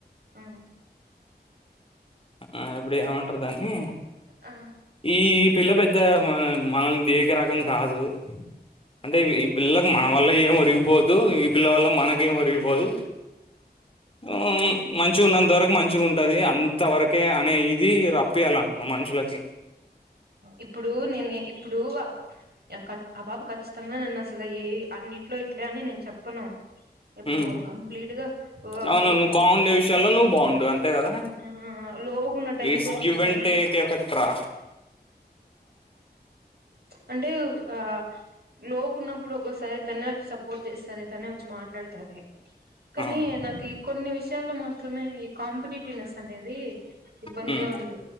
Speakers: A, on the right; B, on the left.
A: ఉహు
B: ఆ ఇప్పుడు ఏమంటారు దాన్ని
A: ఆ
B: ఈ ఈ పిల్ల పెద్ద మన మనల్ ని దేకే రకం కాదు అంటే ఇవి పిల్లను మన వల్ల ఏం ఒరిగిపోదు. ఇ పిల్ల వల్ల మనకేం ఒరిగిపోదు. ఆహమ్ మంచిగా ఉన్నంతవరకు మంచిగా ఉంటుంది. అంతవరకే అనే ఇది రప్పియాల మా మనుషులకి.
A: ఇప్పుడు నేనే ఇప్పుడు ఆ ప్ బాబు ఇష్టంగా తిన్నా అసలు ఏ యి అన్నిట్లో ఇట్లే అని నేను చెప్పను ఇప్పుడు
B: హ్మ్.
A: కంప్లీట్ గా
B: అవును.
A: ఒక
B: నువ్వు బాగుండే విషయాల్లో నువ్వు బాగుండు అంతే కదా!
A: ఆ లోగున్న టైం
B: ఇట్స్
A: లో ఒకొ
B: గివ్
A: సారి
B: అండ్ టేక్ ఎఫెక్ట్ రా.
A: అంటే ఆ లోగు ఉన్నప్పుడు ఒక్కోసారి తనే వచ్చి సపోర్ట్ చేస్తది. తనే వచ్చి మాట్లాడుతది. కనీ
B: ఆ!
A: నాకు ఈ కొన్ని విషయాల్లో మాత్రమే ఈ కాంపిటీట్ నెస్ అనేది ఇబ్బందిగా
B: హ్మ్.
A: ఉంది.